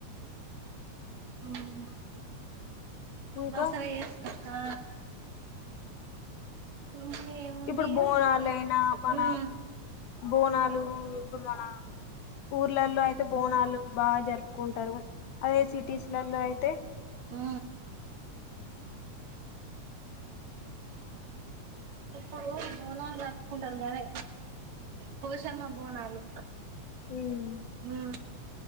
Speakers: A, on the right; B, on the left.
A: ఓే అ
B: ఇంకా
A: దసరా ఎస్ ఆ ఇంకేముంది
B: ఇప్పుడు
A: ఇగ
B: బోనాలు అయినా మన
A: ఉమ్
B: బోనాలు ఇప్పుడు మన ఊర్లలో అయితే బోనాలు బాగా జరుపుకుంటారు అదే సిటీస్ల అయితే
A: హు ఇప్పుడు బోనాలు జరుపుకుంటారు కదా పోషమ్మ బోనాలు
B: ఉమ్
A: హు